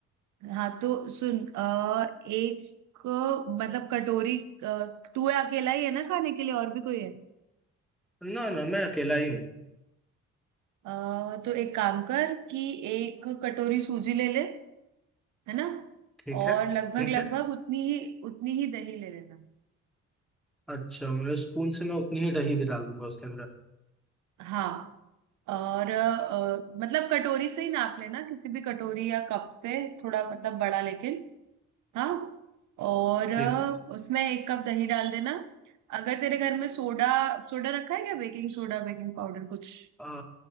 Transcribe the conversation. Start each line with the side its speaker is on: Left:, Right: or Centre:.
Right: हाँ तो सुन आ, एक मतलब कटोरी अ, तू अकेला ही है ना खाने के लिए और भी कोई है
Centre: ना ना मैं अकेला ही हूँ
Right: आ, तो एक काम कर कि एक कटोरी सूजी ले ले है ना
Centre: ठीक
Right: और
Centre: है ठीक
Right: लगभग लगभग
Centre: है
Right: उतनी ही उतनी ही दही ले लेना
Centre: अच्छा मेरे स्पून से मैं उतनी ही दही भी डाल दूंगा उसके अंदर
Right: हाँ और अ, मतलब कटोरी से ही नाप लेना किसी भी कटोरी या कप से थोड़ा मतलब बड़ा लेकिन हाँ और अ,
Centre: ठीक है
Right: उसमें एक कप दही डाल देना अगर तेरे घर में सोडा सोडा रखा है क्या बेकिंग सोडा बेकिंग पाउडर कुछ
Centre: आ,